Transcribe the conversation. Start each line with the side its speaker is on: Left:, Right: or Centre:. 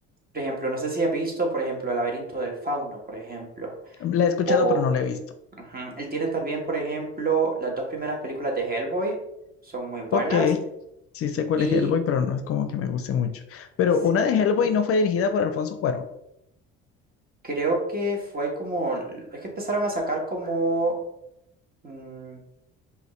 Right: Por ejemplo, no sé si has visto, por ejemplo, El laberinto del fauno, por ejemplo.
Left: La he escuchado,
Right: O
Left: pero no la he visto.
Right: ujú, él tiene también, por ejemplo, las dos primeras películas de Hellboy, son muy buenas.
Left: Ok, sí sé cuál
Right: Y
Left: es Hellboy, pero no es como que me guste mucho. Pero
Right: sí,
Left: una de Hellboy
Right: ujú,
Left: no fue dirigida por Alfonso Cuarón.
Right: creo que fue como, es que empezaron a sacar como, mm,